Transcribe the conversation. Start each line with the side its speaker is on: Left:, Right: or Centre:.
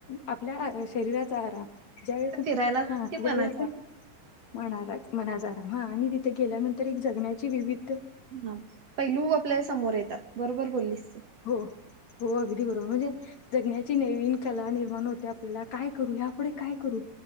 Left: आपल्या शरीराचा आराम ज्यावेळी आपण
Right: फिरायला जाण
Left: हा
Right: ते
Left: ज्यावेळी
Right: मनाच्या
Left: आपण म मनाचा आराम हा आणि तिथे गेल्यानंतर एक जगण्याची विविध
Right: हा पैलू आपल्या समोर येतात बरोबर बोललीस तू
Left: हो हो अगदी बरोबर म्हणजे जगण्याची नवीन कला निर्माण होते आपल्याला काय करू या पुुढे काय करू